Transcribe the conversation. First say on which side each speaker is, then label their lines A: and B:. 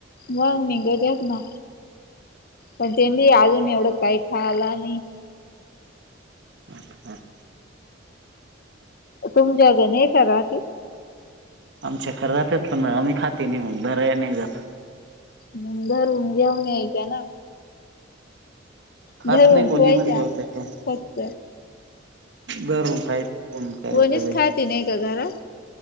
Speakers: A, on the left; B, on the right.
A: मंग निघत्यात ना. पण त्यांनी अजून एवढं काय खायला नाही.
B: हां हां.
A: <unintelligible> राहती?
B: आमच्या <unintelligible> पण आम्ही खाती नाही मंग धराय नाही जात.
A: मंग धरून घेऊन यायच्या ना.
B: खात
A: धरून
B: नाही कोणी
A: ठेवायच्या
B: म्हणलं होतं का
A: फक्त
B: धरून <unintelligible> काय
A: कोणीच
B: उपयोग आहे.
A: खाती नाही का घरात?